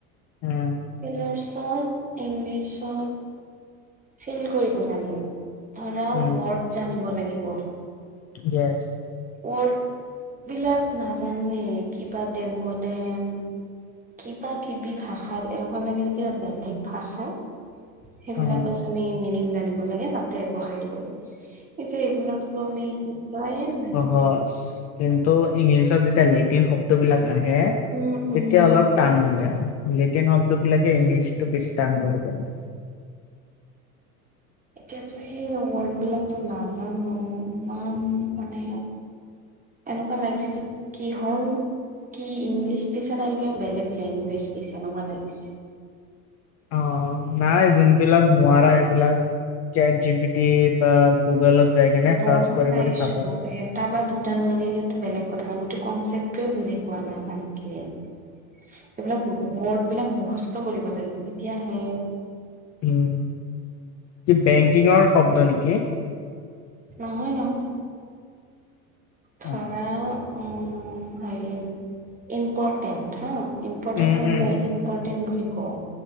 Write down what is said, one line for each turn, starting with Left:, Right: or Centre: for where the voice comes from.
Left: উম
Right: ফিলাৰস <unintelligible> ইংলিছত ফিল কৰিব লাগে। ধৰা
Left: উম
Right: ৱৰ্ড জানিব লাগিব।
Left: য়েছ।
Right: ৱৰ্ড বিলাক নাজানোৱে, কিবা ডেমো ডেম। কিবা-কিবি ভাষাৰ, এনেকুৱা লাগে যে কিবা বেলেগ ভাষা। সেইবিলাক
Left: উম
Right: বাছ আমি মিনিং জানিব লাগে তাতে বহাই দিব লাগে। সেইবিলাকতো আমি শিকাই নাই।
Left: হছ, কিন্তু ইংলিছত যেতিয়া লেটিন শব্দ বিলাক ৰাহে,
Right: উম
Left: তেতিয়া
Right: উম
Left: অলপ টান হৈ যায়। লেটিন শব্দ বিলাকে ইংলিছটো বেছি টাণ কৰি পেলায়।
Right: এতিয়াতো সেই ৱৰ্ড বিলাকতো নাজানো, ইমান মানে এনেকুৱা লাগিছিল, যে কিহৰ কি ইংলিছ দিছে নে কিবা বেলেগ লেংগুৱেজ দিছে এনেকুৱা লাগিছে।
Left: অ, নাই যোনবিলাক নোৱাৰা সেইবিলাক চেটজিপিটি বা গুগলত যাই কেনে
Right: গম
Left: চাৰ্চ কৰি
Right: পাইছো,
Left: কৰি চাবা।
Right: এটা বা দুটা নোৱাৰিলেতো বেলেগ কথা, গোটেই কনচেপ্টোৱে বুজি পোৱা নাই ভালকে। এইবিলাক ৱৰ্ড বিলাক মুখস্থ কৰিব লাগিব তেতিয়াহে।
Left: উম, কি বেংকিঙৰ শব্দ নেকি।
Right: নহয়, নহয়। ধৰা,
Left: অ',
Right: উম', হেৰি ইম্পৰ্টেণ্ট হা ইম্পৰ্টেণ্ট,
Left: উম, উম,
Right: ইম্পৰ্টেণ্ট বুলি কওঁ